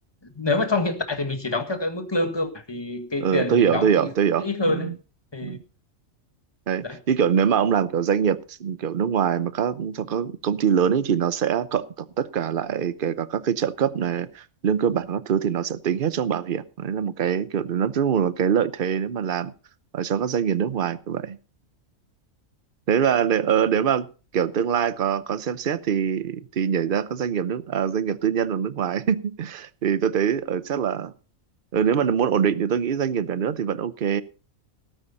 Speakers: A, on the left; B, on the right.
A: nếu mà trong hiện tại thì mình chỉ đóng theo cái mức lương cơ bản thì cái
B: ừ,
A: tiền
B: tôi
A: mình
B: hiểu
A: đóng
B: tôi hiểu
A: thì
B: tôi hiểu
A: sẽ ít hơn
B: ừ.
A: ấy. thì
B: Ừ. Đấy.
A: đấy
B: Như kiểu nếu mà ông làm kiểu doanh nghiệp kiểu nước ngoài mà các cho các công ty lớn ấy thì nó sẽ cộng tổng tất cả lại kể cả các cái trợ cấp này lương cơ bản các thứ thì nó sẽ tính hết trong bảo hiểm đấy là một cái kiểu nó rất là một cái lợi thế nếu mà làm ở cho các doanh nghiệp nước ngoài như vậy nếu là để, ờ, nếu mà kiểu tương lai có có xem xét thì thì nhảy ra các doanh nghiệp nước à, doanh nghiệp tư nhân ở nước ngoài <laughs> thì tôi thấy ở chắc là ờ, nếu mà muốn ổn định thì tôi nghĩ doanh nghiệp nhà nước thì vẫn ok